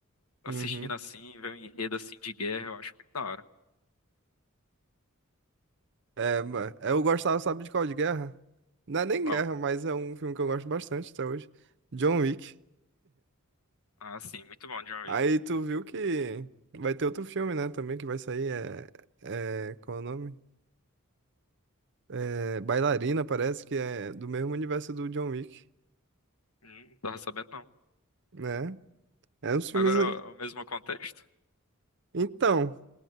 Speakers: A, on the left (about 80°); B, on the right (about 55°).
A: Assistindo
B: Uhum.
A: assim, ver um enredo assim de guerra, eu acho muito da hora.
B: É, ma- eu gostava, sabe de qual? De guerra? Não é nem
A: Qual?
B: guerra, mas é um filme que eu gosto bastante até hoje. John Wick.
A: Ah, sim, muito bom, John Wick.
B: Aí tu viu que vai ter outro filme, né, também que vai sair, é... é qual é o nome? É, Bailarina, parece que é do mesmo universo do John Wick,
A: Hum, não tava sabendo não.
B: né? É, os filmes.
A: Agora,
B: é,
A: é o mesmo contexto?
B: Então,